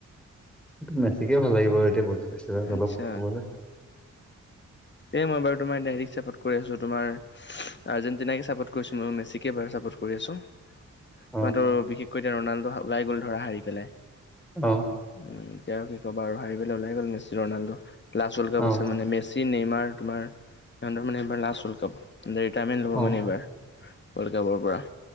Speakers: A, in the centre; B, on the left (about 35°).
A: এইটো মেছিকে ভাল লাগিব বাৰু এতিয়া বুজি পাইছা
B: আচ্ছা
A: অলপ কবলে।
B: এ মই বাও তোমাৰ দাৰেক্ট চাপ তোমাৰ আৰ্জেন্টিনাকে চাপৰ্ট কৰিছো মই মেছিকে বাৰু চাপৰ্ট কৰি আছো।
A: অ
B: তোমাৰ টো বিশেষকৈ এতিয়া ৰণালডো ওলাই গ'ল ধৰা হাৰি পেলাই।
A: অ',
B: উম, এতিয়া আৰু কি কবা আৰু হাৰি পেলাই ওলাই গ'ল Messi Ronaldo last world cup
A: অ
B: আছিল মানে মেচি নিৰ্মা তোমাৰ - তোমাৰ লাষ্ট ৱৰ্ল্ড কাপ ঋতাইমেন্ত লব
A: অ
B: মানে এইবাৰ। ৱৰ্ল্ড কাপৰ পৰা।